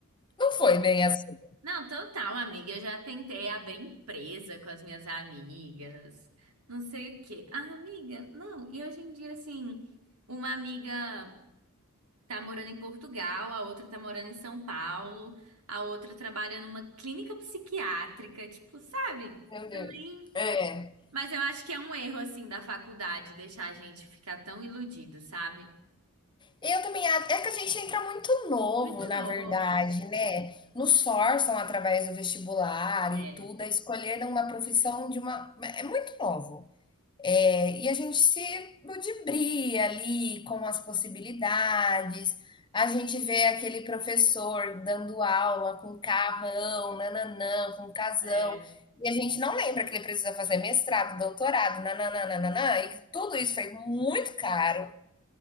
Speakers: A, on the left; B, on the right.
A: não foi bem assim.
B: Não, total, amiga. Eu já tentei abrir empresa com as minhas amigas, não sei o quê. Ah, amiga, não. E hoje em dia, assim, uma amiga. tá morando em Portugal, a outra tá morando em São Paulo, a outra trabalha numa clínica psiquiátrica, tipo, sabe?
A: Meu
B: Também.
A: Deus. É.
B: Mas eu acho que é um erro, assim, da faculdade deixar a gente ficar tão iludido, sabe?
A: Eu também acho. É que a gente entra muito novo,
B: É
A: na
B: novo,
A: verdade,
B: né?
A: né? Nos forçam através do vestibular
B: É,
A: e tudo a escolher uma profissão de uma. É muito novo. É, e a gente se ludibria ali com as possibilidades. A gente vê aquele professor dando aula com carrão, nananã, com casão.
B: é,
A: E a gente não lembra que ele precisa fazer mestrado, doutorado, nananã, nananã, e que tudo isso foi muito caro